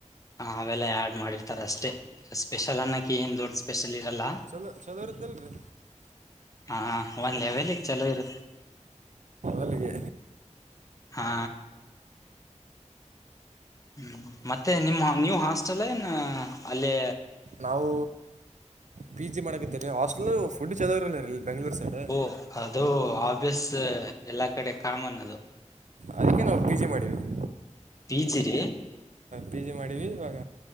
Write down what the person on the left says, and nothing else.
ಹ ಅವೆಲ್ಲ ಆಡ್ ಮಾಡಿರ್ತಾರ ಅಷ್ಟೇ ಸ್ಪೆಷಲ್ ಅನ್ನೋಕ್ಕೆ ಏನು ದೊಡ್ಡ ಸ್ಪೆಷಲ್ ಇರೋಲ್ಲ
ಹಾ ಒಂದ್ ಲೆವೆಲ್ಗ್ ಚಲೋ ಇರುತ್ತೆ
ಹಾ ಹ್ಮ್ ಮತ್ತೆ ನಿಮ್ಮ್ ನೀವು್ ಹಾಸ್ಟೆಲ್ ಏನ್ ಅಲ್ಲಿೇ
ಓ ಅದು ಆಬ್ಿಯಸ್ ಎಲ್ಲಾ ಕಡೆ ಕಾಮನ್ ಅದು
ಪಿ ಜಿ ರೀ